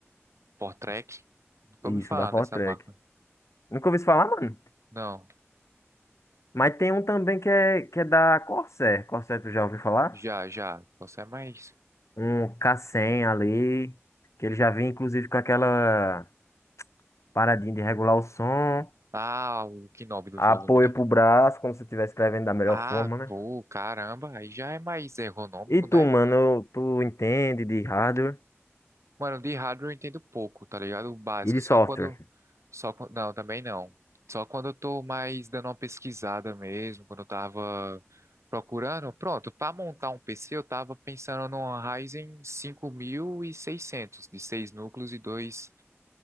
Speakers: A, on the right; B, on the left.
A: Portrek. Nunca
B: Isso,
A: ouvi falar
B: da Fortrek.
A: nessa marca.
B: Nunca ouvi isso falar, mano.
A: Não,
B: Mas tem um também que é, que é da Corsair. Corsair, tu já ouviu falar?
A: já, já. Você é mais.
B: Um K100 ali. Que ele já vem, inclusive, com aquela paradinha de regular o som.
A: Ah, o Knob do
B: Apoio
A: volume, né?
B: pro braço, como se estiver escrevendo da melhor
A: Ah,
B: forma, né?
A: pô, caramba. Aí já é mais ergonômico,
B: E tu,
A: né?
B: mano, tu entende de hardware
A: Mano, de hardware eu entendo pouco, tá ligado? O básico,
B: e de
A: só
B: software?
A: quando, só quando, não, também não. Só quando eu tô mais dando uma pesquisada mesmo, quando eu tava procurando. Pronto, pra montar um PC eu tava pensando numa Ryzen 5600 de 6 núcleos e dois